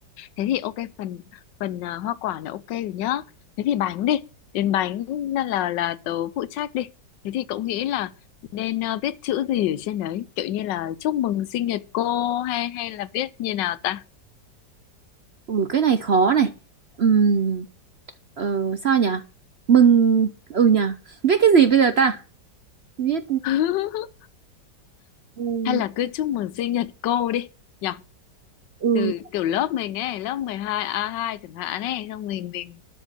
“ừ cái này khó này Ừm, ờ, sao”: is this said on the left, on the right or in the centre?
Right